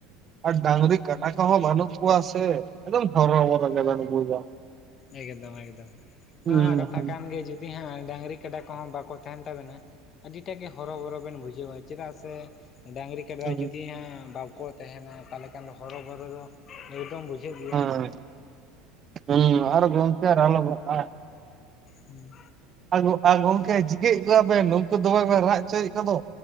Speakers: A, on the right; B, on the left.
A: ᱟᱨ ᱰᱟᱝᱨᱤ ᱠᱟᱰᱟ ᱠᱚᱦᱚᱸ ᱵᱟᱱᱩᱜ ᱠᱚᱣᱟ ᱥᱮ ᱮᱠᱫᱚᱢ ᱦᱚᱨᱚᱼᱵᱚᱨᱚ ᱜᱮᱵᱮᱱ ᱵᱩᱡᱟ᱾
B: ᱮᱠᱫᱚᱢ ᱮᱠᱫᱚᱢ ᱚᱱᱟᱢᱟ
A: ᱦᱩᱸ
B: ᱠᱟᱛᱷᱟ
A: ᱦᱩᱸ
B: ᱠᱟᱱ ᱜᱮ ᱡᱩ ᱫᱤ ᱦᱟᱸ ᱰᱟᱹᱝᱨᱤ ᱠᱟᱰᱟ ᱠᱚᱦᱚᱸ ᱵᱟᱠᱚ ᱛᱟᱦᱮᱱ ᱛᱟᱵᱮᱱᱟ ᱟᱹᱰᱤᱴᱟᱜ ᱜᱮ ᱦᱚᱨᱚᱼᱵᱚᱨᱚ ᱵᱮᱱ ᱵᱩᱡᱷᱟᱹᱣᱟ᱾ ᱪᱮᱫᱟᱜ ᱥᱮ ᱰᱟᱝᱨᱤ ᱠᱟᱰᱟ
A: ᱦᱩᱸ
B: ᱡᱩᱫᱤ ᱦᱟᱸᱜ ᱵᱟᱠᱚ ᱛᱟᱦᱮᱱᱟ ᱛᱟᱦᱞᱮ ᱠᱷᱟᱱ ᱫᱚ ᱦᱚᱨᱚ ᱵᱚᱨᱚ ᱫᱚ ᱮᱠᱫᱚᱢ ᱵᱩᱡᱷᱟᱹᱜ ᱜᱮᱭᱟ᱾
A: ᱦᱮᱸ ᱦᱩᱸ ᱟᱨ ᱜᱚᱝᱠᱮ ᱟᱨ ᱟᱞᱚᱵᱟᱜ-ᱟ᱾
B: ᱦᱩᱸ
A: ᱟ ᱜᱚ ᱟ ᱜᱚᱢᱠᱮ ᱪᱤᱠᱟᱹᱭᱮᱜ ᱠᱚᱣᱟ ᱵᱮᱱ ᱩᱱᱠᱩ ᱫᱚᱢᱮ ᱵᱮᱱ ᱨᱟᱜ ᱦᱚᱪᱚᱭᱮᱫ ᱠᱚᱫᱚ?